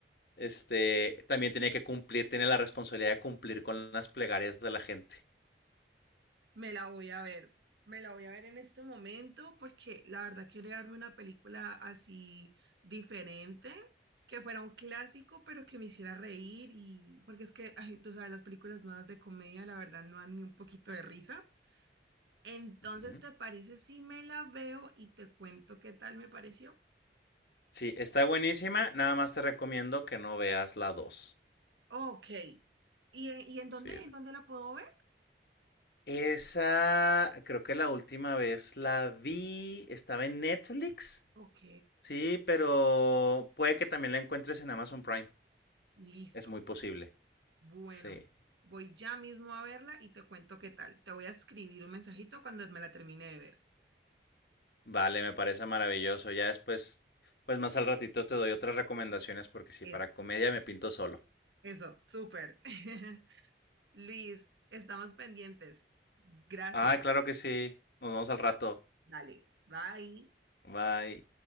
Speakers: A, on the left (about 60°); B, on the right (about 80°).
A: este, también tiene que cumplir, tiene la responsabilidad de cumplir con las plegarias de la gente.
B: Me la voy a ver, me la voy a ver en este momento porque la verdad quería darme una película así diferente, que fuera un clásico, pero que me hiciera reír y porque es que, ay, tú sabes, las películas nuevas de comedia la verdad no dan ni un poquito de risa. Entonces,
A: Ujú.
B: ¿te parece si me la veo y te cuento qué tal me pareció?
A: Sí, está buenísima, nada más te recomiendo que no veas la dos
B: Ok. ¿Y, en- y en dónde,
A: Sí.
B: en dónde la puedo ver?
A: Esa, creo que la última vez la vi, estaba en Netflix,
B: Ok,
A: sí, pero puede que también la encuentres en Amazon Prime.
B: listo.
A: Es muy posible.
B: Bueno,
A: Sí.
B: voy ya mismo a verla y te cuento qué tal. Te voy a escribir un mensajito cuando me la termine de ver.
A: Vale, me parece maravilloso. Ya después, pues más al ratito te doy otras recomendaciones porque sí,
B: Eso,
A: para comedia me pinto solo.
B: eso, súper. <laughs> Luis, estamos pendientes. Gracias.
A: Ah, claro que sí. Nos vemos al rato.
B: Dale, bye.
A: Bye.